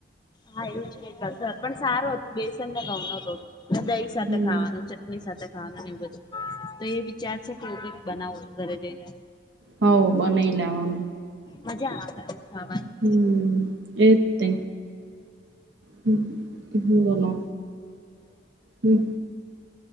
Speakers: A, on the left; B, on the right.
A: હા એવું જ કંઈક પણ સારું હતું બેસન ને ઘઉં નો લોટ. દહી સાથે
B: હમ
A: ખાવાનું ચટણી સાથે એવું બધું તો એ વિચાર છે કે એવું કઈક બનાવ ઘરે જઈને.
B: હ બનાઈ લેવાનું.
A: મજા આવે. ખાવાની
B: હમ એતે. હમ હ બોલો હમ.